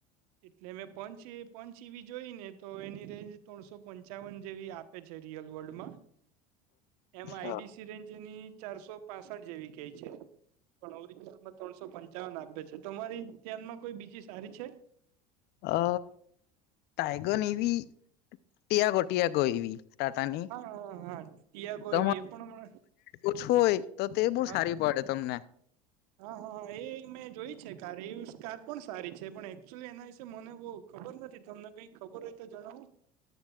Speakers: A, on the right; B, on the left.
A: એટલે મેં પચ પચીવી જોઈ ને તો એની રેન્જ ત્રણસો પંચાવન જેવી આપે છે રિયલ વર્લ્ડમાં એમમાં
B: અચ્છા
A: આઈડીસી રેન્જની ચારસો પાસઠ જેવી કેય છે પણ ઓરિજિનલમાં ત્રણસો પંચાવન આપે છે તમારી ધ્યાનમાં કોઈ બીજી સારી છે
B: અ ટાઈગન એવી ટીયા ગટીયા ગઈવી ટાટાની
A: હા હા હા ટીયાગો
B: તમો
A: એવી એ પણ હમણાં
B: ઓછું હોય તો તે
A: હા
B: બહુ સારી
A: હા
B: પડે તમને
A: હા હા એ મેં જોય છે કાર એવી કાર પણ સારી છે પણ એકચુલી એના મને બહ ખબર નથી તમને કઈ ખબર હોય તો જણાવો